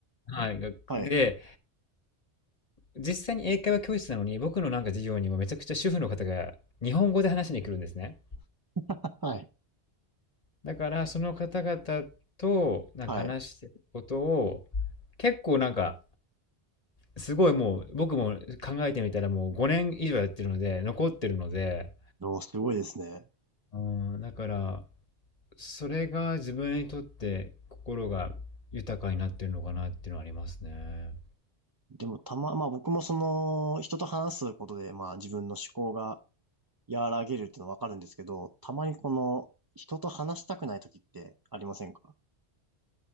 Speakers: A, on the left; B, on the right.
A: はい。がで、
B: はい。
A: 実際に英会話教室なのに、僕のなんか授業にもめちゃくちゃ主婦の方が日本語で話しに来るんですね。
B: <laughs> はい。
A: だから、その方々となんか話してることを、
B: はい。
A: 結構なんか、すごいもう、僕も考えてみたらもう5年以上やってるので、残ってるので、
B: おーすごいですね。
A: うん、だから、それが自分にとって心が豊かになってるのかなっていうのはありますね。
B: でもたま、まあ僕もその、人と話すことで、まあ自分の思考が和らげるっていうのはわかるんですけど、たまにこの、人と話したくない時ってありませんか